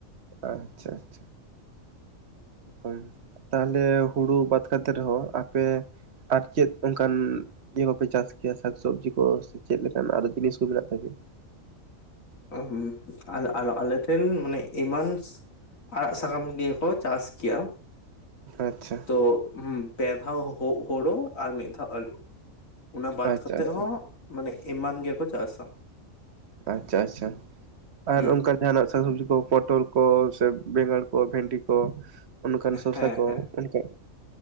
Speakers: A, on the right; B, on the left.
A: ᱟᱪᱪᱷᱟ ᱟᱪᱪᱷᱟ ᱮ ᱛᱟᱦᱞᱮ ᱦᱩᱲᱩ ᱵᱟᱫ ᱠᱟᱛᱮ ᱨᱮᱦᱚᱸ ᱟᱯᱮ ᱟᱨ ᱪᱮᱫ ᱚᱱᱠᱟᱱ ᱤᱭᱟᱹ ᱠᱚᱯᱮ ᱪᱟᱥ ᱠᱮᱭᱟ ᱥᱟᱠ ᱥᱚᱵᱽᱡᱤ ᱠᱚ ᱥᱮ ᱪᱮᱫ ᱞᱮᱠᱟᱱ ᱟᱨᱚ ᱡᱤᱱᱤᱥ ᱠᱚ ᱢᱮᱱᱟᱜ ᱛᱟᱯᱮᱭᱟ?
B: ᱚᱸ ᱦᱸ ᱟᱞ ᱟᱞ ᱟᱞᱮ ᱴᱷᱮᱱ ᱢᱟᱱᱮ ᱮᱢᱟᱱᱥ ᱟᱲᱟᱜ ᱥᱟᱠᱟᱢ ᱜᱮᱠᱚ ᱪᱟᱥ ᱠᱮᱭᱟ,
A: ᱟᱪᱪᱷᱟ
B: ᱛᱚ ᱯᱮ ᱫᱷᱟᱣ ᱦᱳᱜ ᱦᱳᱲᱳ ᱟᱨ ᱢᱤᱫ ᱫᱷᱟᱣ ᱟᱹᱞᱩ᱾ ᱚᱱᱟ ᱵᱟᱫ
A: ᱟᱪᱪᱷᱟ
B: ᱠᱟᱛᱮᱜ
A: ᱟᱪᱪᱷᱟ
B: ᱦᱚᱸ ᱢᱟᱱᱮ ᱮᱢᱟᱱ ᱜᱮᱠᱚ ᱪᱟᱥᱟ᱾
A: ᱟᱪᱪᱷᱟ - ᱟᱪᱪᱷᱟ ᱟᱨ
B: ᱦᱩᱸ
A: ᱚᱱᱠᱟ ᱡᱟᱦᱟᱱᱟᱜ ᱥᱟᱠ ᱥᱚᱵᱽᱡᱤ ᱠᱚ ᱯᱚᱴᱚᱞ ᱠᱚ, ᱥᱮ ᱵᱮᱸᱜᱟᱲ ᱠᱚ, ᱵᱷᱮᱱᱰᱤ ᱠᱚ, ᱚᱱᱠᱟᱱ ᱥᱚᱥᱟ
B: ᱦᱮᱸ
A: ᱠᱚ
B: ᱦᱮᱸ
A: <unintelligible>